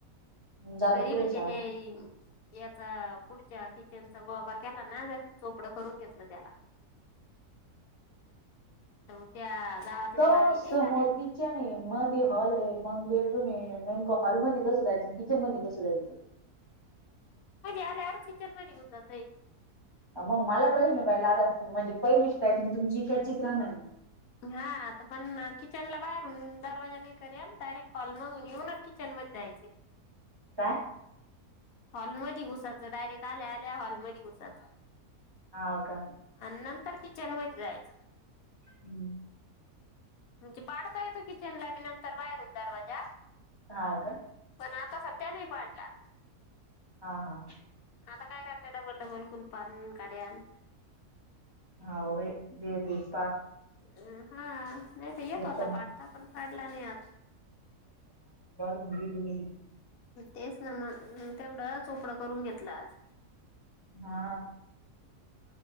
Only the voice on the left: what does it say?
घरी
म्हणजे
ते याचा पुढ किचनचा गबा केला ना जर चोपडं करून घेतलं त्याला <unintelligible> मग त्या गावातल्या
बाबी नाही
का त्या
आले आर किचन म गतय
हा आता पण किचनला बाहेरून दरवाजा नाही कर याल डायरेक्ट हॉलमधून येऊन किचन जायचे
हॉलमध्ये घुसायचं डायरेक्ट आल्या आल्या हॉलमध्ये घुसायचं
आणि नंतर ति जनम जायच
म्हणजे पाडता येतो किचन ला बी नंतर बाहेरून दरवाजा
आता सत्या नाही पाडला
आता काय करत डबल डबल कुलपण काड्या
अम हा नाही तर येतो
आता पाडता पण पाडला नाही आता
तेच ना मग म तेवढं चोपडं करून घेतलं आज